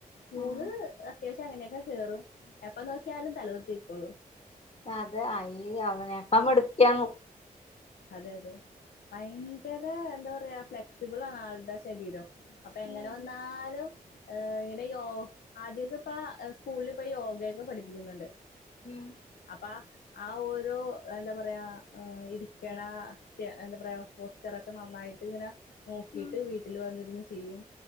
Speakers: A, on the left; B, on the left.
A: മൂന്ന്
B: ഉം
A: അത്യാവശ്യം അങ്ങനെയൊക്കെ കയറും എപ്പൊ നോക്കിയാലും തലകുത്തി നിക്കുള്ളൂ
B: അതെ അയി അവനക്കാ മിടുക്കിയ
A: അതെ അതെ ഭയങ്കര എന്താ പറയാ ഫ്ലെക്സിബിൾ ആണ് ആളുടെ ശരീരം അപ്പൊ എങ്ങനെ
B: ഉം
A: വന്നാലും ഏ ഇങ്ങനെ യൊ ആദ്യമൊക്കെ ഇപ്പ സ്കൂളിൽ പോയി യോഗയൊക്കെ പഠിപ്പിക്കുന്നുണ്ട്
B: ഉം
A: അപ്പ ആ ഓരോ എന്താ പറയാ ആ ഇരിക്കണ സ്റ്റേ എന്താ പറയാ പോസ്റ്ററൊക്കെ നന്നായിട്ട് ഇങ്ങനെ നോക്കിട്ട്
B: ഉം
A: വീട്ടിൽ വന്നിന്ന് ചെയ്യും